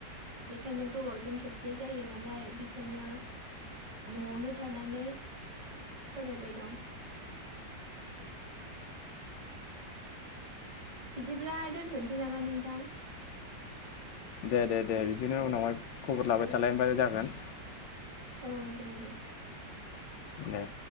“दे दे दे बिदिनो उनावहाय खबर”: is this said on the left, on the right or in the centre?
Left